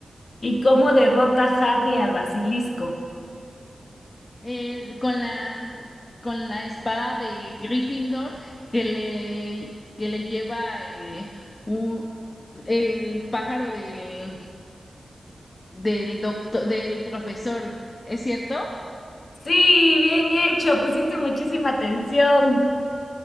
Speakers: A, on the left; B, on the left.
A: ¿Y cómo derrota Harry al basilisco?
B: eh, con la, con la espada de Gryffindor que le, que le lleva eh, u- el pájaro del, del doctor, del profesor, ¿es cierto?
A: Sí, bien hecho, pusiste muchísima atención.